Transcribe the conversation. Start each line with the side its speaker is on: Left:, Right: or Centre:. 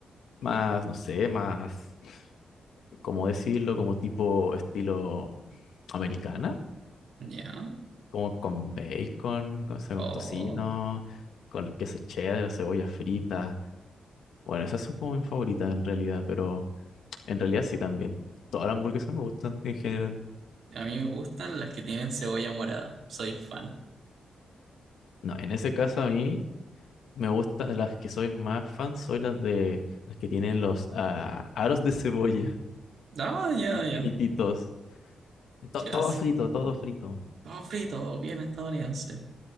Left: más, no sé, más. como decirlo, como tipo estilo americana,
Right: ya.
Left: como con bacon, con, o sea,
Right: O
Left: con tocino, con los quesos cheddar, o cebolla frita. Bueno, esas son como mis favoritas en realidad, pero en realidad sí también. Todas las hamburguesas me gustan en general.
Right: a mí me gustan las que tienen cebolla morada. Soy fan.
Left: No, en ese caso a mí me gustan las que soy más fan, soy las de las que tienen los ah, aros de cebolla
Right: Ah,
Left: <laughs>
Right: ya,
Left: fri-
Right: ya.
Left: frititos. To-
Right: Ya,
Left: todo
Right: sí.
Left: frito, todo frito.
Right: Todo frito, bien estadounidense.